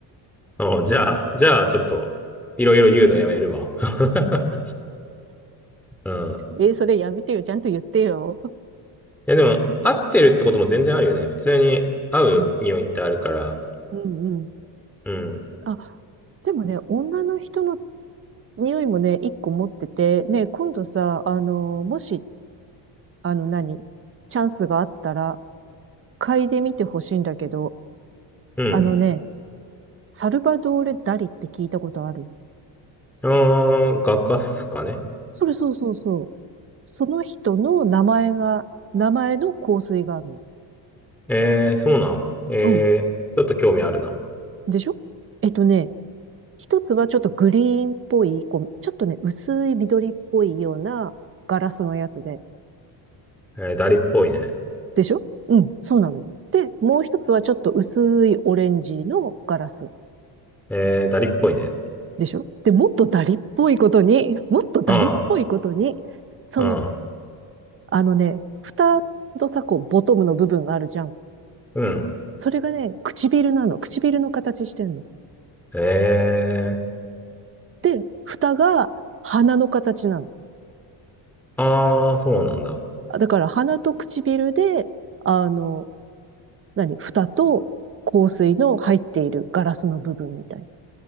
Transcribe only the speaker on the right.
えーそれやめてよ。ちゃんと言ってよ。
うん。うんうん。
あ、でもね、女の人の匂いもね、一個持ってて、ね、今度さ、あの、もしあの何、チャンスがあったら、嗅いでみてほしいんだけど、
あのね、サルバドーレ・ダリって聞いたことある
それそうそうそう。その人の名前が、名前の香水があるの。
うん。
でしょえっとね、一つはちょっとグリーンっぽい、こう、ちょっとね、薄い緑っぽいようなガラスのやつで。
でしょうん、そうなのよ。で、もう一つはちょっと薄いオレンジのガラス。
でしょで、もっとダリっぽいことに、もっとダリっぽいことに、
その、
あのね、蓋のさ、こう、ボトムの部分があるじゃん。
それがね、唇なの。唇の形してんの。
で、蓋が鼻の形なの。
だから鼻と唇で、あの、何蓋と香水の入っているガラスの部分みたいな。